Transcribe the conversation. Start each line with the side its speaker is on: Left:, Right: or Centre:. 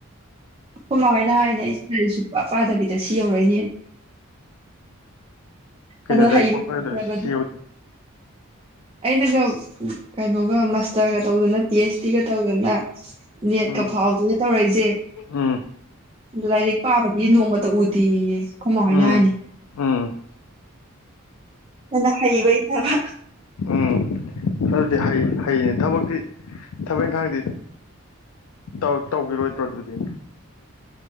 Right: ꯈꯣꯏꯃ ꯍꯣꯏꯅ ꯍꯥꯏꯅꯦ ꯑꯩꯁꯦ ꯂꯥꯏꯛ ꯁꯨꯛꯄ ꯄꯥꯗꯕꯤꯗ ꯁꯤ ꯌꯧꯔꯛꯏꯅꯦ
Left: ꯀꯩꯅꯣ
Right: ꯑꯗꯣ
Left: ꯂꯥꯏꯔꯤꯛ
Right: ꯍꯩꯕ
Left: ꯁꯨꯡꯄꯥ ꯄꯥꯏꯔꯣꯏꯗꯕ
Right: <unintelligible>
Left: ꯁꯤ ꯌꯧꯗꯣꯏꯅꯤ
Right: ꯑꯩꯅꯒ ꯀꯩꯅꯣꯒ ꯃꯥꯁꯇꯔꯒ ꯇꯧꯗꯅ ꯄꯤ ꯑꯦꯆꯗꯤꯒ ꯇꯧꯗꯅ ꯅꯦꯠꯀ
Left: ꯎꯝ
Right: ꯐꯥꯎꯗꯅ ꯇꯧꯔꯛꯏꯖꯦ
Left: ꯎꯝ
Right: ꯑꯗꯨ ꯂꯥꯏꯔꯤꯛ ꯄꯥꯕꯗꯤ ꯅꯣꯡꯃꯇ ꯎꯗꯦꯌꯦ ꯑꯈꯣꯏꯃ ꯍꯣꯏꯅ
Left: ꯎꯝ
Right: ꯍꯥꯏꯅꯤ
Left: ꯎꯝ
Right: ꯑꯗꯨꯅ ꯍꯩꯕꯩ ꯇꯕ
Left: ꯎꯝ ꯑꯗꯨꯗꯤ ꯍꯩ ꯍꯩꯌꯦ ꯊꯕꯛꯇꯤ ꯊꯕꯛ ꯏꯪꯈꯥꯡꯗꯤ ꯇꯧ ꯇꯧꯒꯤꯔꯣꯏꯗ꯭ꯔꯣ ꯑꯗꯨꯗꯤ